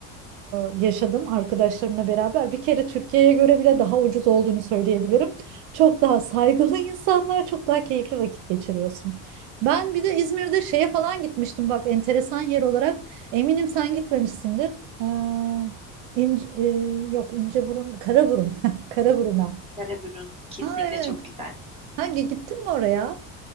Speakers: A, on the right (about 80°); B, on the right (about 15°).
A: e, yaşadım arkadaşlarımla beraber. Bir kere Türkiye'ye göre bile daha ucuz olduğunu söyleyebilirim. Çok daha saygılı insanlar, çok daha keyifli vakit geçiriyorsun. Ben bir de İzmir'de şeye falan gitmiştim bak enteresan yer olarak. Eminim sen gitmemişsindir. Aa, ince, e, yok İnceburun, Karaburun. <laughs> Karaburun'a.
B: Karaburun kesinlikle
A: Ha evet.
B: çok güzel.
A: Hangi gittin mi oraya?